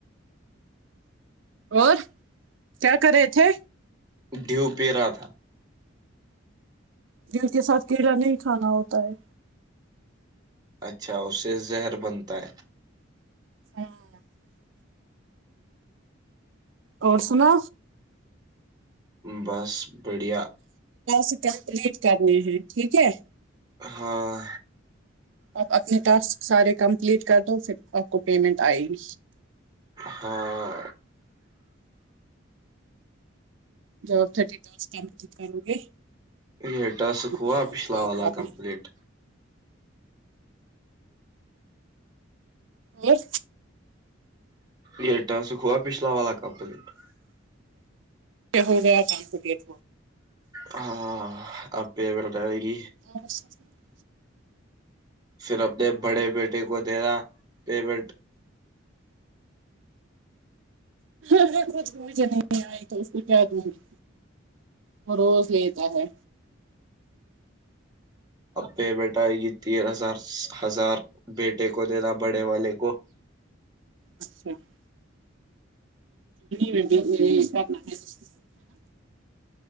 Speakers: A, on the right; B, on the right.
A: اور کیا کرے تھے
B: ڈھیو پی رہا تھا
A: ج اس کے ساتھ کیڑا نہیں کھانا ہوتا ہے
B: اچھا اس سے زہر بنتا ہے
A: ہاں اور سنا
B: بس بڑھیا
A: س کمپلیٹ کرنے ہیں ٹھیک ہے
B: ہاں
A: آپ اپنے ٹاسک سارے کمپلیٹ کر دو پھر آپ کو پیمنٹ آئے گی
B: ہاں
A: جاب تھر د بج کرو گے
B: یہ ٹاسک
A: آپ کو
B: ہوا
A: پیمنٹ
B: پچھلا
A: آئے
B: والا
A: گی آپ
B: کمپلیٹ
A: نے جی <unintelligible>
B: یہٹا سکھوا پچھلا والا کا کمپلیٹ <unintelligible>
A: ہو گیا کام تو لیت
B: ہاں آپہ بوردائے گی <unintelligible>
A: اوراز چس ن <unintelligible>
B: پھر اپنے بڑے بیٹے کو دینا پیمنٹ
A: اگر کھ مجھے نہیں آئی تو اس کو کیا دوں گی وہ روز لیتا ہے
B: اے بیھے <unintelligible> یہ تین ہزار ہزار بیٹے کو دتاا بڑے والے کو <unintelligible>
A: اچھا <unintelligible> میں بھی یہ کرنا ہے اس ہے نا